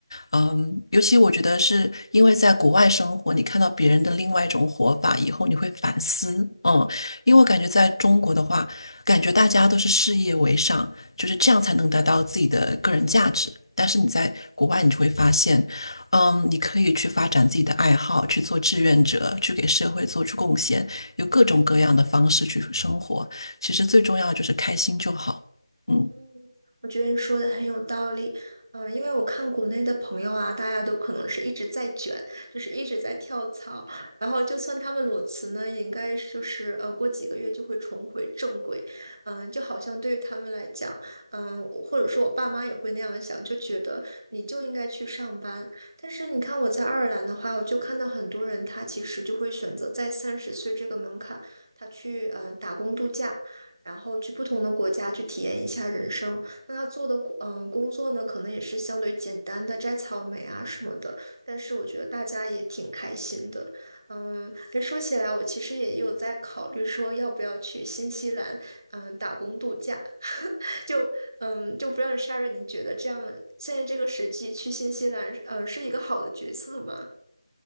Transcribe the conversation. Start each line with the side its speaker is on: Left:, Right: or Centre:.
Left: 嗯，尤其我觉得是因为在国外生活，你看到别人的另外一种活法以后，你会反思。嗯，因为我感觉在中国的话，感觉大家都是事业为上，就是这样才能达到自己的个人价值。
Right: 嗯
Left: 但是你在国外，你就会发现，嗯，你可以去发展自己的爱好，去做志愿者，去给社会做出贡献，有各种各样的方式去生活。其实最重要的就是开心就好。嗯。
Right: 嗯，我觉得你说的很有道理。嗯，因为我看国内的朋友啊，大家都可能是一直在卷，就是一直在跳槽，然后就算他们裸辞呢，也应该是就是呃，过几个月就会重回正轨。嗯，就好像对于他们来讲，嗯，或者说我爸妈也会那样想，就觉得你就应该去上班。但是你看我在爱尔兰的话，我就看到很多人他其实就会选择在三十岁这个门槛，他去嗯、呃打工度假。然后去不同的国家去体验一下人生。那他做的嗯、呃工作呢，可能也是相对简单的摘草莓啊什么的，但是我觉得大家也挺开心的。嗯，诶说起来，我其实也有在考虑说要不要去新西兰，嗯，打工度假。<laughs> 就嗯，就不让道 s h a r o 你觉得这样现在这个时机去新西兰，呃，是一个好的决策吗？